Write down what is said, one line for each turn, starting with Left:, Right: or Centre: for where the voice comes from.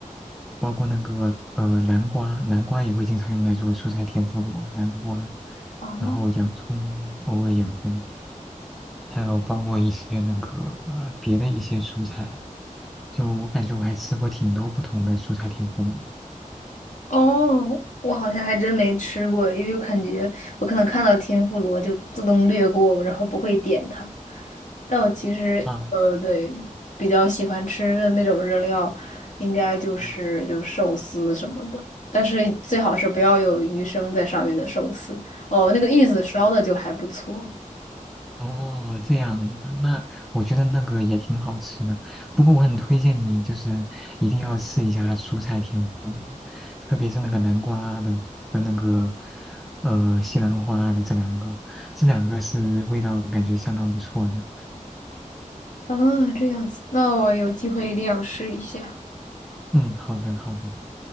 Centre: 包括那个呃南瓜，南瓜也会经常用来做蔬菜天妇罗，南瓜，
Left: 啊。
Centre: 然后洋葱偶尔也会，还有包括一些那个呃别的一些蔬菜，就我感觉我还吃过挺多不同的蔬菜天妇罗
Left: 哦，我好像还真没吃过，因为我感觉我可能看到天妇罗就自动略过，然后不会点它。但我其实呃，
Centre: 啊，
Left: 对，比较喜欢吃的那种热料，应该就是就是寿司什么的，
Centre: 嗯
Left: 但是最好是不要有鱼生在上面的寿司。哦，那个玉子烧的就还不错。
Centre: 哦，这样啊那我觉得那个也挺好吃的。不过我很推荐你，就是一定要试一下蔬菜天妇罗，特别是那个南瓜的和那个呃西兰花的这两个，这两个是味道感觉相当不错的。
Left: 啊，这样子，那我有机会一定要试一下。
Centre: 嗯嗯，好的好的。